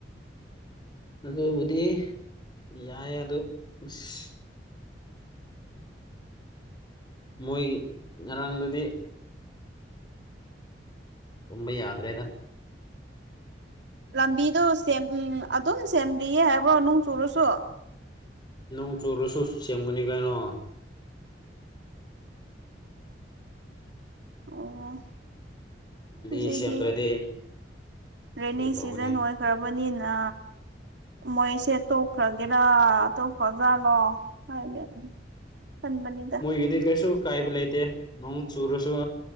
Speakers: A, on the left; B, on the right.
A: ꯑꯗꯨꯕꯨꯗꯤ ꯌꯥꯏ ꯑꯗꯨ ꯎꯁ ꯃꯣꯏꯒꯤ ꯉꯔꯥꯡꯗꯨꯗꯤ ꯇꯨꯝꯕ ꯌꯥꯗ꯭ꯔꯦꯗ
B: ꯂꯝꯕꯤꯗꯨ ꯁꯦꯝ ꯎꯝ ꯑꯗꯨꯝ ꯁꯦꯝꯕꯤꯌꯦ ꯍꯥꯏꯕ꯭ꯔꯣ ꯅꯨꯡ ꯆꯨꯔꯁꯨ
A: ꯅꯣꯡ ꯆꯨꯔꯁꯨ ꯁꯦꯝꯒꯅꯤ ꯀꯩꯅꯣ
B: ꯑꯣ
A: ꯂꯝꯕꯤ
B: ꯍꯨꯖꯤꯛꯗꯤ
A: ꯁꯦꯝꯗ꯭ꯔꯗꯤ
B: ꯔꯦꯅꯤꯡ
A: ꯀꯔꯤ ꯇꯧꯒꯅꯤ
B: ꯁꯤꯖꯟ ꯑꯣꯏ ꯐ꯭ꯔꯕꯅꯦꯅ ꯃꯣꯏꯁꯦ ꯇꯣꯛꯈ꯭ꯔꯒꯦꯔꯥ ꯇꯣꯛꯈ꯭ꯔꯖꯥꯠꯂꯣ <unintelligible> ꯍꯟꯕꯅꯤ
A: ꯃꯣꯏꯒꯤꯗꯤ ꯀꯩꯁꯨ ꯀꯥꯏꯕ ꯂꯩꯇꯦ ꯅꯣꯡ ꯆꯨꯔꯁꯨ